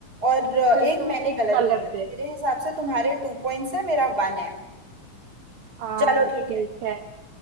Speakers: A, on the right (about 30°); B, on the right (about 55°).
A: और अ,
B: फिर
A: एक
B: तुमने
A: मैंने
B: एक
A: गलत
B: गलत
A: दिया तो
B: दे
A: मेरे हिसाब से तुम्हारे टू पॉइंट्स है मेरा वन है
B: आ
A: चलो
B: ठीक
A: ठीक है
B: है